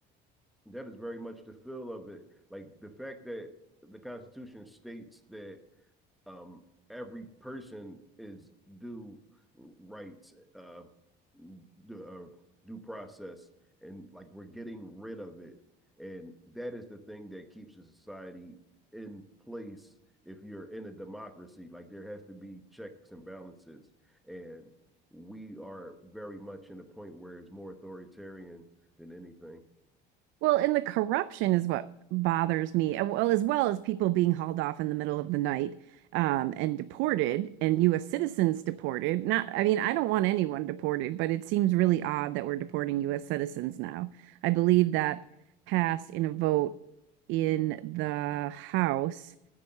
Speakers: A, in the centre; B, on the right.
A: That is very much the feel of it. Like the fact that the Constitution states that um, every person is due rights, uh, due, uh, due process, and like we're getting rid of it. And that is the thing that keeps a society in place if you're in a democracy. Like there has to be checks and balances. And we are very much in a point where it's more authoritarian than anything.
B: Well, and the corruption is what bothers me. Uh, Well, as well as people being hauled off in the middle of the night um, and deported, and U.S. citizens deported. Not, I mean, I don't want anyone deported, but it seems really odd that we're deporting U.S. citizens now. I believe that passed in a vote in the House